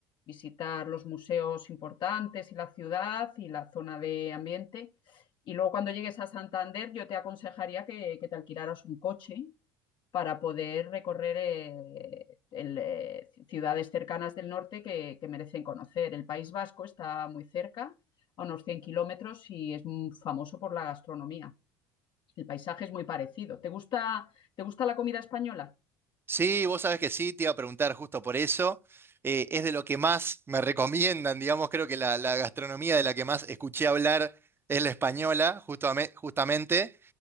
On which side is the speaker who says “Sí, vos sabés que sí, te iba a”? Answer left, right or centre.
Right